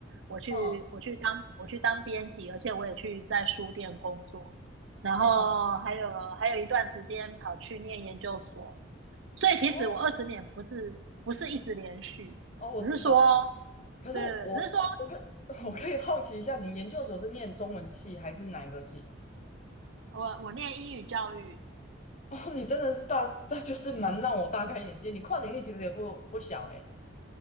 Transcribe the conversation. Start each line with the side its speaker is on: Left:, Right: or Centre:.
Right: 我去我去当我去当编辑，
Left: 嗯
Right: 而且我也去在书店工作，然后还有还有一段时间跑去念研究所，
Left: 嗯，
Right: 所以其实我二十年不是不是一直连续，
Left: 哦哦，我知道。
Right: 只是说，
Left: 可是我我跟
Right: 对对对，只是说，
Left: <laughs>
Right: 嗯，
Left: 我可以好奇一下，你研究所是念中文系还是哪一个系？
Right: 我我念英语教育，
Left: 哦，你真的是大，<laughs> 那就是蛮让我大开眼界。你跨领域其实也不不小诶、